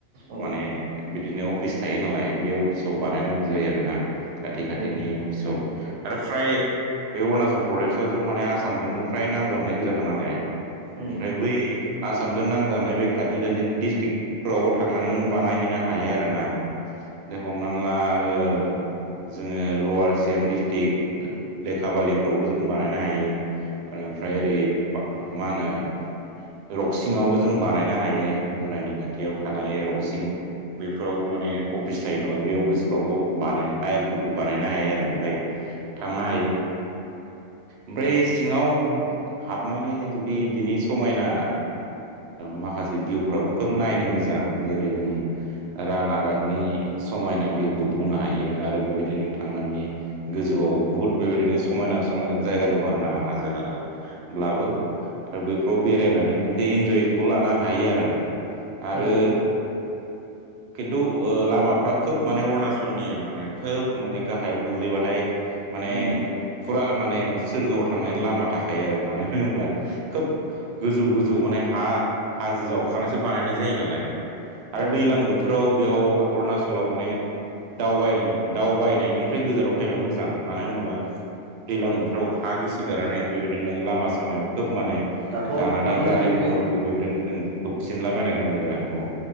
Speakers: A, on the right (about 80°); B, on the right (about 65°).
A: औ
B: माने बिदिनो अफिस थायो नालाय बे अफिसाव बानायनांगौ जायो आरो ना खाथि खाथिनि
A: औ
B: अफिसाव आरो फ्राय बे अरुणाचल प्रदेश ज' माने आसामजोंनो फ्राय नांजाबनाय गोजाखा नालाय
A: उम
B: ओमफ्राय बै आसामजों नांजाबनाय बे खाथि खा बिदिनो डिस्ट्रिकफोरावबो थांनानै नों बानायहैनो हायो आरोना दे हमनानै ला ओ जोंङो लवार चिरां डिस्ट्रिक्ट लेखाबालिफ्रावबो जों बानायनो हायो बेनिफ्राय ओरै मा होनो रक्सिंआवबो जों बानायनो हायो जदानि खाथियाव थानाय रक्सिं बफोराव माने अफिस थायो नालाय बे अफिसफ्रावबो बानाय आइ एल पि खौ बानायनो हायो आरो ओमफफ्राय थांनो हायो ओमफ्राय सिङांव हाबनानै जुदि बिनि समायना माखासे भिउफ्राबो खोब नायनो मोजां जेरै जों रान आगादनि समायना भिउखौ बुंनो हायो आरो बेबायदिनो थांनानै गोजौआव बुहुत बेबायदिनो समायना समायना जायगा दं आरो ना हाजो हालाब्लाबो आरो बैफ्राव बेरायनानै मोनसे इन्जयखौ लानो हायो आरो आरो
A: नंगौ
B: <inaudible> खिन्थु लामाफ्रा खोब माने अरुणाचलनिया माने खोब माने गाहायाव गोग्लैबाथाय माने
A: उम
B: फुरा माने सोरगोआव थांनायनि लामा थाखायो आरो मानो होनोब्ला खोब गोजौ गोजौ माने हा हाजो जावखानायसो बानायनाय जायो नालाय आरो
A: औ
B: दैलां बोथोराव बेयाव अरुणाचलाव माने दावबाय दावबायनायनि ओमफ्राय गोजानाव थायोबा मोजां मानो होनोब्ला दैलां बोथोराव हा गिसि गारनानै बेबायदिनो लामा सामायाव खोब माने
A: दाथ'
B: गानानै
A: दाथ'
B: गारि
A: जिथुनाखि
B: मथरखौ बेबायदिनो जों खोबसिनलाबायनायखौ
A: उम
B: नुयो आरो औ।